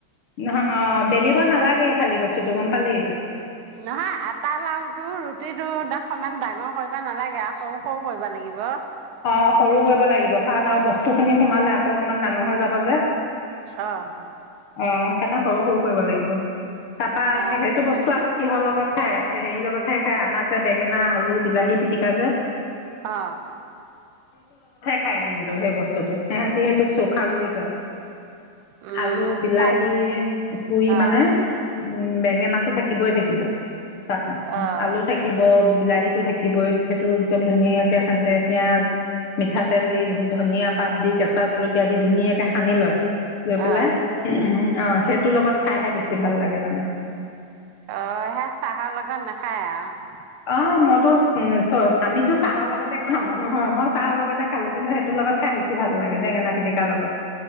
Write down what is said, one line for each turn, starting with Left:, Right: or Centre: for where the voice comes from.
Left: নহ অ বেলিব নালাগে খালী বস্তুটো গম পালি
Right: নহয় আটা লাওতটো ৰুটি টো দাক সমমান ডাঙৰ কৰিব নালাগে আৰু সৰু সৰু কৰিব লাগিব।
Left: অ সৰু কৰিব লাগিব কাৰণ আৰু বস্তু ফসু খিনি সোমালে আকৌ অকমান ডাঙৰ হৈ যাব যে
Right: অহ
Left: অ তেনে সৰু সৰু কৰিব লাগিব তাৰপা
Right: অ',
Left: সেইটো বস্তু আকৌ কিহৰ লগত খাই হেৰি লগতহে খাই আমাৰ যে বেঙেনা আলু বিলাহী পিটিকা যে
Right: অ
Left: খাই কিন্তু সেই বস্তুতটো সিহঁতি সেইটোক চৌখা বুলি কয়
Right: উম,
Left: আলু বিলাহী
Right: চা
Left: পুৰি
Right: অ',
Left: মানে উম বেঙেনা টো থাকে থাকিবই থাকিব তাত
Right: অ',
Left: আলু থাকিব বিলাহীতো থাকিবই সেইটো একদম ধুনীয়াকে সানে পিয়াঁজ মিঠাতেল দি ধনিয়া পাত দি কেঁচা জলকীয়া দি ধুনীয়াকে সানি লয় লৈ পেলাই
Right: অ'।
Left: উ অ সেইটোৰ লগত খাইহে বেছি ভাল লাগে মানে
Right: অ সে চাহৰ লগত নাখায় আৰু
Left: আহ মইতো উ আমিতো চাহৰ লগতে খোৱা মানুহ হয় মই চাহৰ লগতে খালো কিন্তু সেইটোৰ লগত খাই বেছি ভাল লাগে বেঙেনা পিটিকা লগত